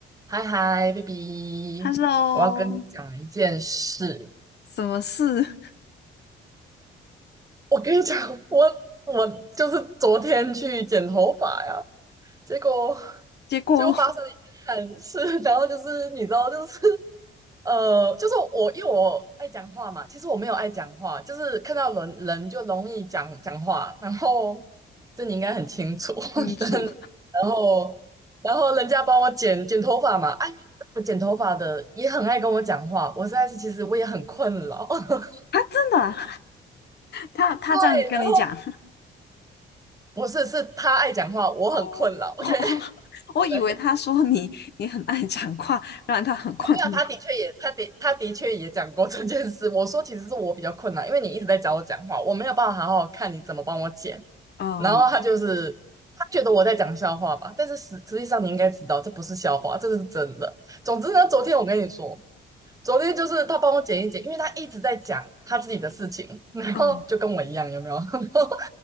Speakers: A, on the right (about 15°); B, on the left (about 55°).
A: 嗨嗨，baby，
B: Hello，
A: 我要跟你讲一件事。
B: 什么事？
A: 我跟你讲，我我就是昨天去剪头发呀，结果
B: <laughs> 结果
A: 结果发生了一件憾事，<laughs> 然后就是你知道，就是呃，就是我因为我爱讲话嘛，其实我没有爱讲话，就是看到人人就容易讲讲话，然后这你应该很清楚，
B: 清楚
A: <laughs> 但然后然后人家帮我剪剪头发嘛，哎，我剪头发的也很爱跟我讲话，我实在是其实我也很困扰，<laughs>
B: 啊？真的啊他他这样跟你讲
A: 对，然后不是是他爱讲话，我很困扰，OK，
B: 哦，<laughs> 哦
A: <laughs>
B: 我以为他说你你很爱讲话，
A: 对。
B: 让他很困扰。
A: 没有，他的确也，他的他的确也讲过这件事。我说其实是我比较困难，因为你一直在找我讲话，我没有办法好好看你怎么帮我剪。
B: <laughs> 哦，
A: 然后他就是他觉得我在讲笑话吧，但是实实际上你应该知道这不是笑话，这是真的。总之呢，昨天我跟你说，昨天就是他帮我剪一剪，因为他一直在讲他自己的事情，然后就跟我一样，
B: 嗯，
A: 有没有？<laughs> 然后